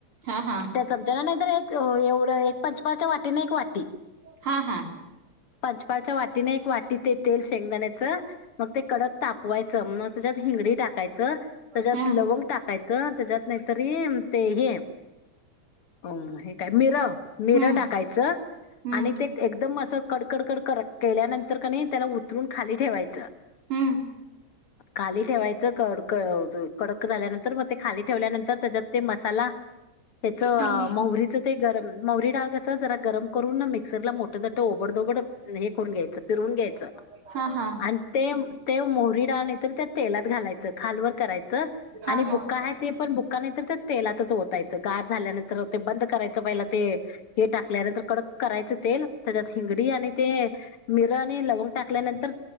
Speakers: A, on the right (about 45°); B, on the left (about 55°).
A: हां हां
B: चमचा नां नाहीं तरं एक एवढं एक पंचपाच्या वाटीने एक वाटी
A: हां हां
B: पंचपाळच्यां वाटीने एक वाटीतेते शेंगदांण्याचं मंग ते कडक तापवायचं मंग त्यांच्यात हिंगडी टाकायचं त्यांच्यात
A: हम्म
B: लवंग टाकायचं जरं त्यांच्यात नाहीं तरी ते हे हो हे कायं मिर मिर
A: हम्म
B: टाकायचं
A: हम्म
B: आणि ते एकदंम असं कडकडकड केल्यानंतर किनाही त्यांला उतरूंन खाली ठेवायचं
A: हम्मं
B: खाली ठेवायचं कडकड कडक झाल्यानंतर मंग ते खाली ठेवल्यानंतर त्यांच्यात ते मसाला त्यांचं
A: हम्म
B: महूरीत गरमं मौरी डाळं कसं जरां गरमं करूंन मिक्सर लां मोठ दाट ओबड दोबड हे करूंन घ्यांयचं फिरून
A: हा
B: घ्यांयचं
A: हा.
B: आणि ते ते मोहरी डाळं नंतर त्यां तेलात घालायचं खालंवर करायचं
A: हा
B: आणि
A: हा.
B: बुक्का
A: हा.
B: आहे
A: हा
B: ते पणं बुक्का नाहींतर त्यां तेलातचं ओतायचं गांर झाल्यानंतर ते बंद करायचं पहिला ते हे टाकल्यानंतर कडक करायचं तेल त्यांच्यात हिंगडी आणि ते मिर आणि लवंग टाकल्यानंतर